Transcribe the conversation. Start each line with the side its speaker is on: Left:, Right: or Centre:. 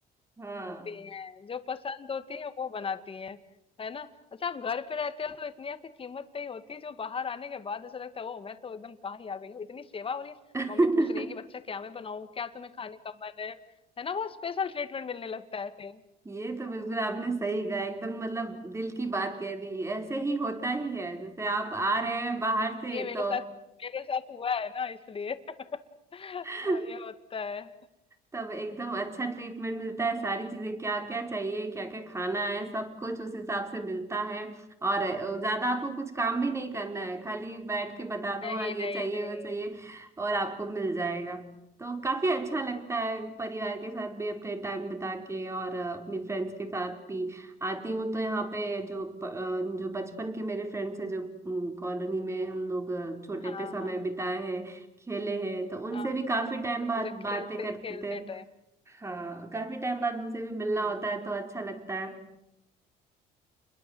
Right: हाँ
Left: होती है जो पसंद होती है वो बनाती है है ना अच्छा आप घर पे रहते हो तो इतनी आपकी कीमत नहीं होती जो बाहर आने के बाद ऐसा लगता है ओ मैं तो एकदम कहाँ ही आ गई हूँ इतनी सेवा हो रही है
Right: <laughs>
Left: मम्मी पूछ रही है कि बच्चा क्या मैं बनाऊं क्या तुम्हें खाने का मन है है ना वो स्पेशल ट्रीटमेंट मिलने लगता है फिर
Right: ये तो बिल्कुल आपने सही कहा एकदम मतलब दिल की बात कह दी ऐसे ही होता ही है जैसे आप आ रहे हैं बाहर से
Left: ये मेरे
Right: तो
Left: साथ मेरे साथ हुआ है ना इसलिए <laughs> हाँ
Right: <laughs>
Left: ये होता है
Right: तब एकदम अच्छा ट्रीटमेंट मिलता है सारी चीजें क्या क्या चाहिए क्या क्या खाना है सब कुछ उस हिसाब से मिलता है और ज्यादा आपको कुछ काम भी नहीं करना है खाली बैठ के बता दो
Left: नहीं
Right: हाँ ये
Left: नहीं
Right: चाहिए
Left: नहीं
Right: वो चाहिए और आपको मिल जाएगा तो काफी अच्छा लगता है परिवार के साथ भी अपने टाइम बिता के और अ, अपनी फ्रेंड्स के साथ भी आती हूँ तो यहाँ पे जो प- अ, जो बचपन के मेरे फ्रेंड्स हैं जो कॉलोनी में हम लोग अ, छोटे
Left: हाँ
Right: पे समय
Left: हाँ
Right: बिताए हैं खेले हैं तो उनसे
Left: हाँ
Right: भी काफी टाइम बाद
Left: जब खेलते
Right: बातें करते
Left: खेलते
Right: थे
Left: टाइम
Right: हाँ काफी टाइम बाद उनसे भी मिलना
Left: हम्म
Right: होता है तो अच्छा लगता है